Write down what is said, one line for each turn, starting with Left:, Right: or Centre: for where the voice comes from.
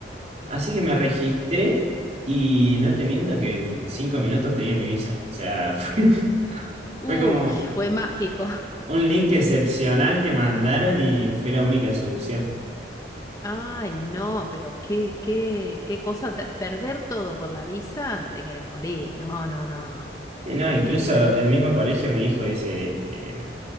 Right: Así que me registré y no te miento que en cinco minutos tenía mi visa. O sea, <laughs> fue,
Left: Uy,
Right: fue como
Left: fue mágico.
Right: un link excepcional que mandaron y fue la única solución.
Left: Ay, no, pero qué, qué, qué cosa, ta- perder todo por la visa, te quieres morir, no, no, no, no.
Right: Sí, no, incluso
Left: Eh,
Right: el mismo colegio me dijo, dice, eh,